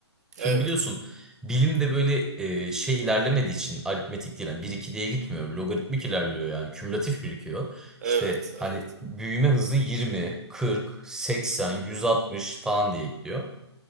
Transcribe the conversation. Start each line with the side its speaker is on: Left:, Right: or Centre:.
Centre: Şimdi
Right: Evet.
Centre: biliyorsun bilim de böyle e, şey ilerlemediği için aritmetik değil. Yani 1-2 diye gitmiyor. Logaritmik ilerliyor yani. Kümülatif birikiyor.
Right: Evet,
Centre: İşte hani
Right: evet.
Centre: büyüme hızı 20, 40, 80,
Right: Hmm,
Centre: 160 falan diye gidiyor.